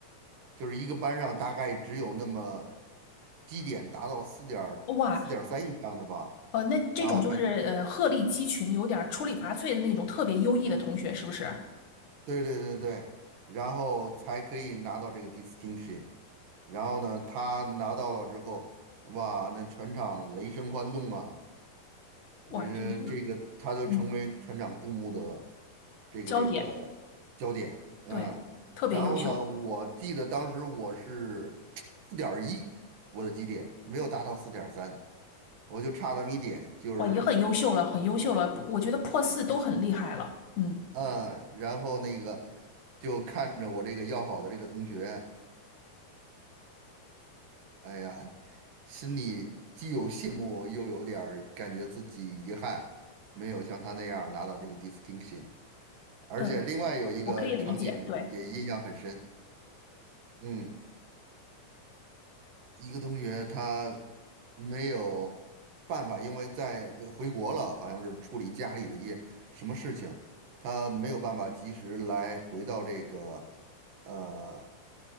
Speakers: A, on the right; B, on the left.
A: 就是一个班上大概只有那么基点达到四点
B: 哇，
A: 四点三以上的吧，
B: 呃，那这种就是呃鹤立鸡群，
A: 然后才
B: 有点儿出类拔萃的那种特别优异的同学，是不是？
A: 对对对对，然后才可以拿到这个 distinction。然后呢，他拿到了之后，哇，那全场雷声欢动啊！呃，
B: 哇，就是
A: 这个他就成为船长注目的
B: 嗯，
A: 这个这个焦点，
B: 焦点，
A: 嗯，
B: 对，特别优秀，
A: 然后呢，我记得当时我是四点一，我的基点没有达到四点三，我就差那么一点，就是，
B: 哇，也很优秀了，很优秀了，我觉得破四都很厉害了，嗯
A: 嗯，然后那个就看着我这个要好的这个同学，哎呀，心里既有羡慕，又有点儿感觉自己遗憾，没有像他那样拿到这个 distinction。而且另外有一个场景也印象很深，
B: 嗯，我可以理解，对，
A: 嗯，一个同学他没有办法，因为在在回国了，好像是处理家里的一些什么事情，他没有办法及时来回到这个呃